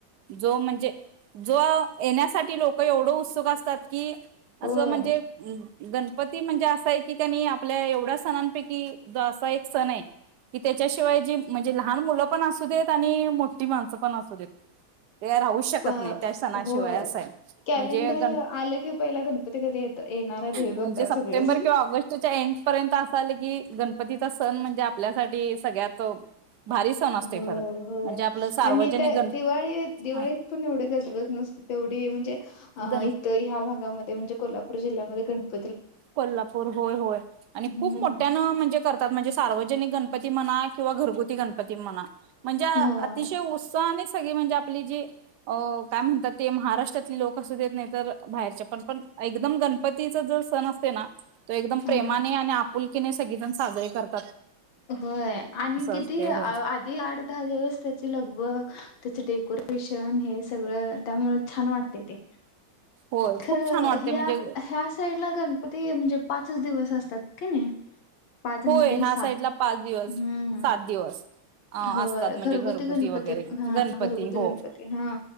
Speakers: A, on the right; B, on the left.
A: जो म्हणजे जो येण्यासाठी लोक एवढं उत्सुक असतात कि असं
B: होय
A: म्हणजे गणपती म्हणजे असा आहे की काणी आपल्या एवढ्या सणांपैकी असा एक सण आहे कि त्याच्याशिवाय जी म्हणजे लहान मुलं पण असू देत आणि मोठी माणसं पण असू देत <inaudible> ते राहू शकत
B: प
A: नाही त्या सणाशिवाय
B: होय
A: असं आहे
B: कॅलेंडर
A: म्हणजे गण
B: आलं की पहिला गणपती कधी येत येणार आहेत हे
A: म्हणजे
B: बघतात
A: सप्टेंबर
B: सगळेजण
A: किंवा ऑगस्टच्या एंड पर्यंत असं आलं कि गणपतीचा सण म्हणजे आपल्यासाठी सगळ्यात भारी सण असतोय
B: हो
A: खरं
B: होय
A: म्हणजे आपलं सार्वजनिक
B: आणि त्या
A: गण
B: दिवाळी दिवाळीत
A: हा
B: पण एवढे गजबत नसत तेवढी म्हणजे अ
A: गण
B: इथं ह्या भागामध्ये म्हणजे कोल्हापूर जिल्ह्यामध्ये गणप
A: कोल्हापूर होय होय आणि
B: हम्म
A: खूप मोठ्यान म्हणजे करतात म्हणजे सार्वजनिक गण म्हणा किंवा घरगुती गणपती म्हणा म्हणजे
B: होय
A: अतिशय उत्सा सगळे म्हणजे आपली जे अ काय म्हणतात ते महाराष्ट्रातले लोक असू देत नाहीत बाहेरच्या पण पण एकदम गणपतीचा जो सण असते ना तो एकदम प्रेमाने
B: हम्म
A: आणि आप पुलकीेने सगळेजण साजरे करत
B: होय आणि किती
A: असते होय
B: आधी आठ दहा दिवस त्याची लगभग त्याचं डेकोरेशन हे सगळं त्यामुळे छान वाटते ते
A: होय
B: खरं
A: खूप छान वाटते
B: ह्या
A: म्हणजे
B: ह्या साईड ला गण ते म्हणजे पाच दिवस असतात का नाही पाच
A: होय
B: नाही तरी
A: ह्या
B: सात
A: साईडला पाच दिवस
B: हम्म
A: सात दिवस अ
B: हो
A: असतात म्हणजे
B: घरगुती गणपती
A: वगैरे
B: हा
A: गणपती
B: घरगुती
A: हो
B: गणपती हा